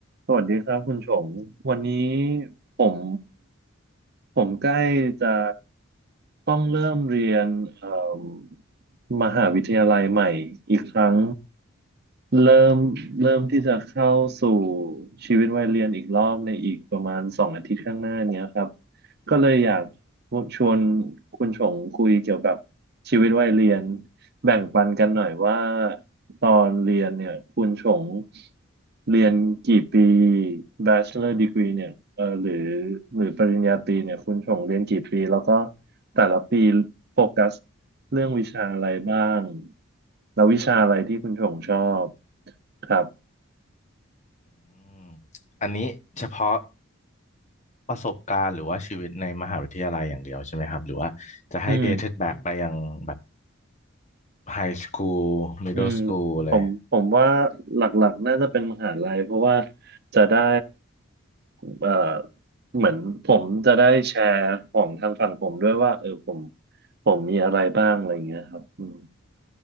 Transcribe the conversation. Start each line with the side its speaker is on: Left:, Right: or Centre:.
Right: สวัสดีครับคุณชงวันนี้ผมผมใกล้จะต้องเริ่มเรียนเอ่มมหาวิทยาลัยใหม่อีกครั้งเริ่มเริ่มที่จะเข้าสู่ชีวิตวัยเรียนอีกรอบในอีกประมาณสองอาทิตย์ข้างหน้าเนี้ยครับก็เลยอยากชวนคุณชงคุยเกี่ยวกับชีวิตวัยเรียนแบ่งปันกันหน่อยว่า ตอนเรียนเนี่ยคุณชงเรียนกี่ปี Bachelor Degree เนี่ยเออหรือหรือปริญญาตรีเนี่ยคุณชงเรียนกี่ปีแล้วก็แต่ละปีโฟกัสเรื่องวิชาอะไรบ้างแล้ววิชาอะไรที่คุณชงชอบครับ
Left: อืมอันนี้เฉพาะประสบการณ์หรือว่าชีวิตในมหาวิทยาลัยอย่างเดียวใช่ไหมครับหรือว่าจะให้
Right: อืม
Left: dated back ไปยังแบบ high school middle
Right: อืม
Left: school เลย
Right: ผมผมว่าหลักๆน่าจะเป็นมหาลัยเพราะว่าจะได้เอ่อเหมือนผมจะได้แชร์ของทางฝั่งผมด้วยว่าเออผมผมมีอะไรบ้างอะไรเงี้ยครับอืม